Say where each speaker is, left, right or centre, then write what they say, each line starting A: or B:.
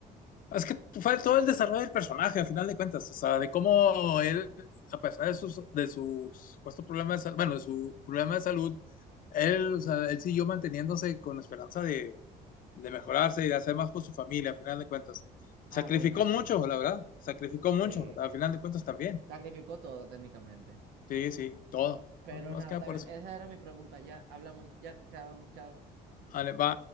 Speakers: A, on the left (about 55°); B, on the right (about 90°).
A: Es que fue todo el desarrollo del personaje, al final de cuentas, o sea, de cómo él, a pesar de sus, de sus supuesto problema de salud, bueno, de su problema de salud, él, o sea, él siguió manteniéndose con esperanza de de mejorarse y de hacer más por su familia, al final de cuentas.
B: Ah,
A: Sacrificó
B: bueno, sí,
A: mucho, la verdad, sacrificó
B: sí,
A: mucho, al final de cuentas también.
B: sacrificó todo técnicamente.
A: Sí, sí, todo.
B: Pero
A: Más
B: nada,
A: que
B: está
A: nada por
B: bien,
A: eso.
B: esa era mi pregunta, ya hablamos, ya, chao, chao.
A: Ale, va.